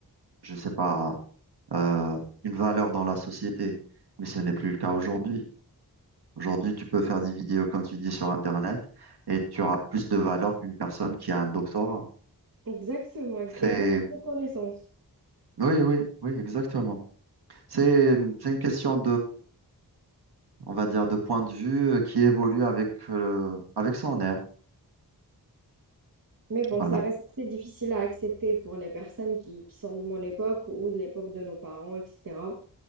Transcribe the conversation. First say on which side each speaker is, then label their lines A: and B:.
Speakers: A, on the right (about 75°); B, on the right (about 55°).
A: je sais pas, euh, une valeur dans la société. Mais ce n'est plus le cas aujourd'hui. Aujourd'hui, tu peux faire des vidéos, comme tu dis, sur Internet et tu auras plus de valeur qu'une personne qui a un doctorat.
B: Exactement, ex-
A: C'est,
B: et beaucoup de reconnaissance.
A: oui, oui, oui, exactement. C'est, c'est une question on va dire, de point de vue euh, qui évolue avec, euh, avec son air.
B: Mais bon,
A: Voilà,
B: ça reste assez difficile à accepter pour les personnes qui, qui sont de mon époque ou de l'époque de nos parents, etc.